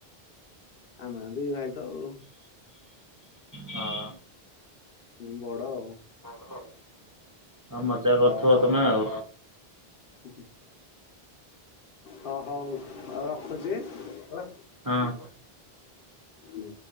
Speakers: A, on the left (about 65°); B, on the right (about 25°).
A: ଆମ ଦି ଭାଇ ତ ଆଉ।
B: ହଁ
A: ମୁଁ ବଡ଼ ଆଉ।
B: ବଡ ଆଉ। ମଜା କରୁଥିବ
A: ହ ହଉ
B: ତମେ ଆଉ
A: ହୁଁ ହୁଁ ହ ହଉ। ହଉ ରଖୁଛି। ହେଲା।
B: ହଁ।
A: ହୁଁ।